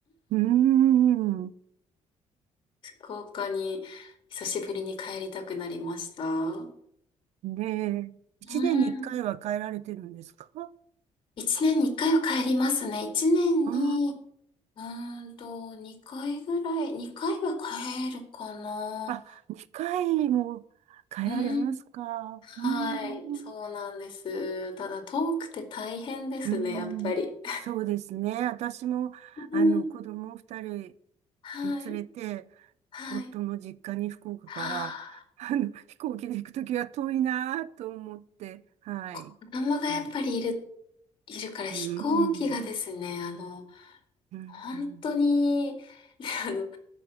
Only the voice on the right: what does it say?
うーん。
ねえ、一年に一回は変えられてるんですか
あ
あ、あ、二回も変えられますか
うーん。
うーん。
そうですね。私も、
あの、子供二人
連れて、
夫の実家に福岡から、
あの、飛行機で行くときは遠いなぁと思って、はい。
はい。
うーん。
うんうん